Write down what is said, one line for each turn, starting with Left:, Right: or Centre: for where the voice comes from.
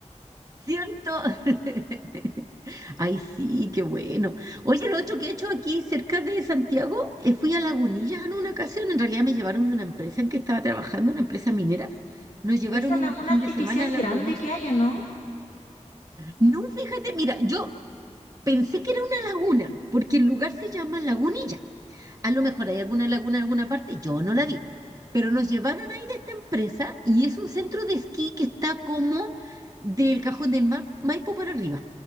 Right: ¿Cierto? <laughs> Ay, sí, qué bueno. Oye, lo otro que he hecho aquí cerca de Santiago, eh, fui a Lagunillas en una ocasión. En realidad me llevaron de una empresa en que estaba trabajando, una empresa minera. Nos llevaron
Left: Esa laguna
Right: un fin
Left: artificial
Right: de semana a Lagunillas.
Left: grande que hay, ¿o no?
Right: No, fíjate, mira, yo pensé que era una laguna, porque el lugar se llama Lagunilla. A lo mejor hay alguna laguna en alguna parte, yo no la vi. Pero nos llevaron ahí de esta empresa y es un centro de esquí que está como del Cajón del Ma- Maipo para arriba.